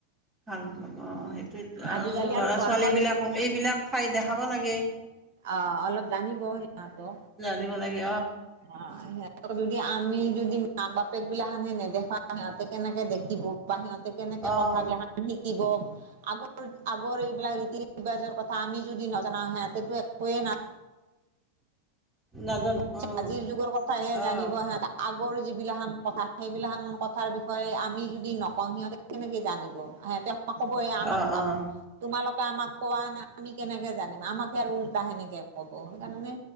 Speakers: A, on the right; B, on the right.
A: ভাল পাব সেইটোৱেই টো
B: আজিকালি
A: আৰু ল'ৰা
B: গৰমৰ
A: ছোৱালী বিলাকক এইবিলাক ঠাই দেখাব লাগে
B: অ অলপ জানিব সিহঁতো
A: জানিব লাগে
B: অ সেই যদি আমি যদি মাক বাপেক বিলাকখানহে নেদেখা সিহঁতে কেনেকে দেখিব বা সিহতে কেনেকে
A: অ',
B: কথাবিলাকখন শুনি দিব আগৰ আগৰ এইবিলাক ৰীতি ৰিবাজৰ কথা আমি যদি নজনাং হিহঁতেতো একোৱে নাই
A: নাজানো অ',
B: আজিৰ যুগৰ কথাাশহে জানিব
A: অ',
B: সিহতে আগ ৰ যিবিলাকহান কথা সেইবিলাহান কথাৰ বিষয়ে আমি যদি নকওঁ সিহঁতে কেনেকে জানিব অ এতিয়া ই কব এ আমাক
A: অ', অ'।
B: তোমালোক আমাক কোৱা নাই আমি কেনেকে জানিম আমাকে আৰু উল্টা সেনেকে কব সেইকাৰণে